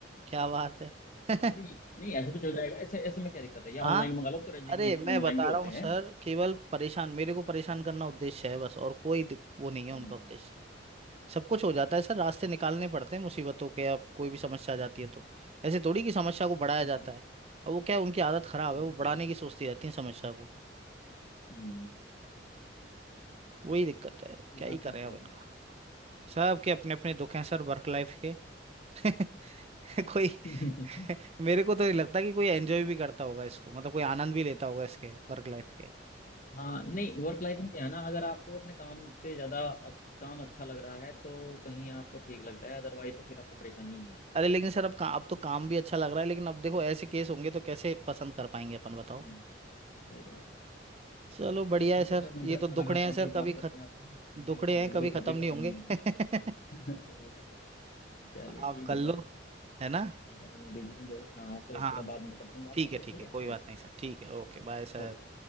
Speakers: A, on the right; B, on the left.
A: क्या बात है <laughs>
B: नहीं नहीं ऐसे तो चल जाएगा ऐसे ऐसे में क्या दिक्कत है या
A: हाँ
B: ऑनलाइन मंगा लो तो रेजिग्नेशन
A: अरे मैं
B: ऑनलाइन
A: बता
B: भी होते
A: रहा हूँ
B: हैं
A: सर केवल परेशान मेरे को परेशान करना उद्देश्य है बस और कोई दिक, वो नहीं है
B: हम्म
A: उनका उद्देश्य सब कुछ हो जाता है सर रास्ते निकालने पड़ते हैं मुसीबतों के अब कोई भी समस्या आ जाती है तो ऐसे थोड़ी कि समस्या को बढ़ाया
B: सही
A: जाता
B: बात है
A: है अब वो क्या है उनकी आदत खराब है
B: बिल्कुल
A: वो बढ़ाने
B: बिल्कुल
A: की सोचती रहती है समस्या को
B: हम्म
A: वही दिक्कत है
B: ये
A: क्या ही
B: आप
A: करें
B: सही कह
A: अब
B: रहे
A: इनका सबके अपने अपने दुख हैं सर वर्क लाइफ के <laughs> कोई
B: हैं
A: <laughs> मेरे को तो नहीं लगता कि कोई एंजॉय भी करता होगा इसको मतलब कोई आनंद भी लेता होगा इसके वर्क लाइफ के
B: <laughs> हाँ नहीं वर्क लाइफ में क्या है ना अगर आपको अपने काम से ज्यादा अ- काम अच्छा लग रहा है तो कहीं आपको ठीक लगता है अदरवाइज तो फिर आपको परेशानी ही है
A: अरे लेकिन सर अब का, अब तो काम भी अच्छा लग रहा है लेकिन अब देखो ऐसे केस होंगे तो कैसे पसंद कर पाएंगे अपन बताओ
B: हम्म सही बात है
A: चलो बढ़िया
B: चलिए ठीक
A: है सर
B: है सर मुझे
A: ये
B: अच्छा
A: तो दुखड़े
B: लगा
A: हैं
B: काफी
A: सर कभी
B: बात करके
A: खत
B: आपसे बिल्कुल
A: दुखड़े हैं
B: बिल्कुल
A: कभी खत्म
B: कभी खत्म
A: नहीं होंगे
B: नहीं
A: <laughs>
B: होगी <laughs> सही बात है चलिए
A: आप
B: ठीक
A: कर
B: है
A: लो
B: सर
A: है ना
B: थोड़ा सा मैं बिजी हूँ जरूर हाँ तो
A: हाँ
B: थोड़ा बाद में करता हूँ बात
A: ठीक
B: आपसे
A: है
B: ठीक
A: ठीक है
B: है
A: कोई बात
B: ओके
A: नहीं सर ठीक है ओके बाय सर
B: ओके